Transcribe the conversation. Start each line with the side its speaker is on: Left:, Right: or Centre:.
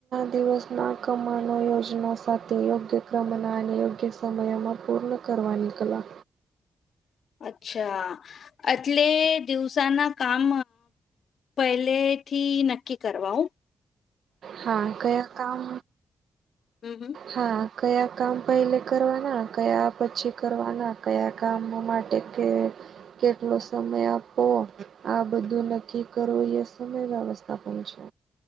Right: દિવસના કમાનો યોજના સાથે યોગ્ય કમના અને યોગ્ય સમયમાં પૂર્ણ કરવાની કલા.
Left: અચ્છા એટલે દિવસાના કામ પહેલેથી નક્કી કરવા આવું.
Right: હા. કયા કામ
Left: હમ હમ
Right: હા. કયા કામ પહેલે કરવાના કયા પછી કરવાના કયા કામ માટે કે કેટલો સમય આપો આ બધું નક્કી કરવો એ સમય વ્યવસ્થા પણ છે